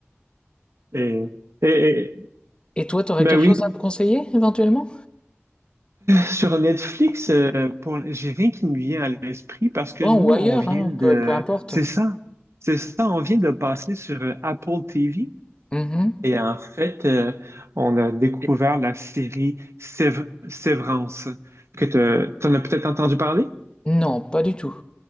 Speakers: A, on the right; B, on the left.
A: Et, et, et-
B: Et toi, t'aurais
A: ben
B: quelque
A: oui,
B: chose à me conseiller éventuellement?
A: sur Netflix, euh, pour, j'ai rien qui me vient à l'esprit parce que
B: Non,
A: nous,
B: ou ailleurs,
A: on vient
B: hein,
A: de,
B: peu, peu importe.
A: c'est ça, c'est ça, on vient de passer sur euh, Apple TV.
B: Mhm.
A: Et en fait, euh, on a découvert la série Sév- Sévrance, que tu en as peut-être entendu parler?
B: Non, pas du tout.